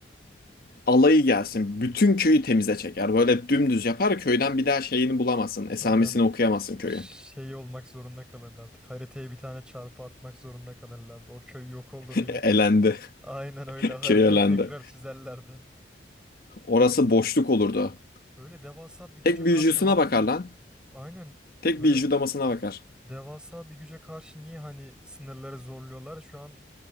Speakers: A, on the left; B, in the centre.
A: alayı gelsin. Bütün köyü temize çeker. Böyle dümdüz yapar köyden bir daha şeyini bulamazsın. Esamesini
B: hocam
A: okuyamazsın köyün.
B: şey olmak zorunda kalırdı artık. Haritaya bir tane çarpı atmak zorunda kalırlardı. O köy yok oldu
A: <laughs>
B: diye.
A: Elendi.
B: Aynen öyle
A: <laughs>
B: haritaya
A: Köy elendi.
B: tekrar çizerlerdi. Ya
A: Orası
B: böyle
A: boşluk olurdu.
B: böyle devasa bir güce
A: Tek
B: karşı
A: büyücüsüne
B: harbiden
A: bakar lan.
B: aynen
A: Tek
B: böyle
A: büyücü damasına bakar.
B: Devasa bir güce karşı niye hani sınırları zorluyorlar? Şu an